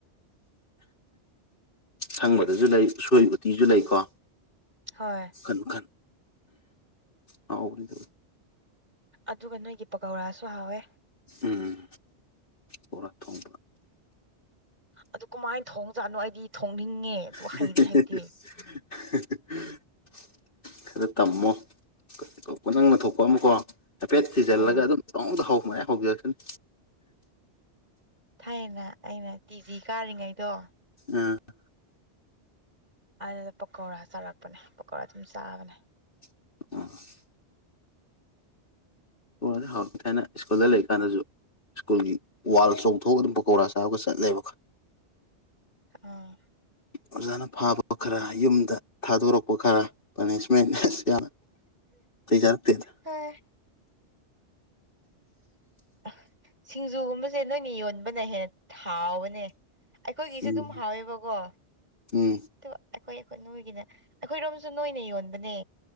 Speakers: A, on the left; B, on the right.
A: ꯁꯪꯕꯗꯖꯨ ꯂꯩ ꯎꯁꯣꯏ ꯎꯇꯤꯖꯨ ꯂꯩꯀꯣ
B: ꯍꯣꯏ
A: ꯃꯈꯟ ꯃꯈꯟ ꯍꯥꯎꯕꯅꯤꯗ
B: ꯑꯗꯨꯒ ꯅꯣꯏꯒꯤ ꯄꯀꯧꯔꯥꯁꯨ ꯍꯥꯎꯋꯦ
A: ꯎꯝ ꯕꯣꯔꯥ ꯊꯣꯡꯕ
B: ꯑꯗꯨ ꯀꯃꯥꯏ ꯊꯣꯡꯖꯥꯠꯅꯣ ꯑꯩꯗꯤ ꯊꯣꯡꯅꯤꯡꯉꯦ ꯑꯗꯨ
A: <unintelligible>
B: ꯍꯩꯗꯤ ꯍꯩꯇꯦ
A: ꯈꯔ ꯇꯝꯃꯣ ꯀ ꯀꯣ ꯅꯪꯅ ꯊꯣꯛꯄ ꯑꯃꯀꯣ ꯍꯥꯏꯐꯦꯠ ꯊꯤꯖꯤꯜꯂꯒ
B: ꯑꯥ
A: ꯑꯗꯨꯝ ꯄꯧꯍꯧꯗ ꯍꯧ ꯃꯥꯏ ꯍꯧꯖꯔꯛꯁꯅꯤ
B: ꯊꯥꯏꯅ ꯑꯩꯅ ꯇꯤ ꯖꯤ ꯀꯥꯔꯤꯉꯩꯗꯣ
A: ꯑ <inaudible>
B: ꯑꯗꯨꯗ ꯄꯀꯧꯔꯥ ꯆꯥꯔꯛꯄꯅꯦ ꯄꯀꯧꯔꯥ ꯑꯗꯨꯝ ꯆꯥꯕꯅꯦ
A: <unintelligible> ꯄꯀꯧꯔꯗꯤ ꯍꯥꯎꯋꯦ ꯊꯥꯏꯅ ꯁ꯭ꯀꯨꯜꯗ ꯂꯩ ꯀꯥꯟꯗꯖꯨ ꯁ꯭ꯀꯨꯜꯒꯤ ꯋꯥꯜ ꯆꯣꯡꯊꯣꯛꯑꯒ ꯑꯗꯨꯝ ꯄꯀꯧꯔꯥ ꯆꯥꯕꯒ ꯆꯠꯂꯦꯕ ꯈ
B: ꯑꯥ
A: ꯑꯣꯖꯥꯅ ꯐꯥꯕ ꯈꯔ ꯌꯨꯝꯗ ꯊꯥꯗꯣꯔꯛꯄ ꯈꯔ ꯄꯅꯤꯁꯃꯦꯟ ꯑꯁ ꯌꯥꯝ ꯅꯇꯩ ꯆꯔꯛꯇꯦꯗ
B: ꯍꯥꯏ ꯑꯥ ꯁꯤꯡꯖꯨꯒꯨꯝꯕꯖꯦ ꯅꯣꯏꯅ ꯌꯣꯟꯕꯅ ꯍꯦꯟꯅ ꯍꯥꯎꯕꯅꯦ ꯑꯩꯈꯣꯏꯒꯤꯁꯨ
A: ꯎꯝ
B: ꯗꯨꯝ ꯍꯥꯎꯋꯦꯕꯀꯣ ꯑꯗꯨ
A: ꯎꯝ
B: ꯑꯩꯈꯣꯏ ꯑꯩꯈꯣꯏ ꯅꯣꯏꯒꯤꯅ ꯑꯈꯣꯏꯔꯣꯝꯁꯨ ꯅꯣꯏꯅ ꯌꯣꯟꯕꯅꯦ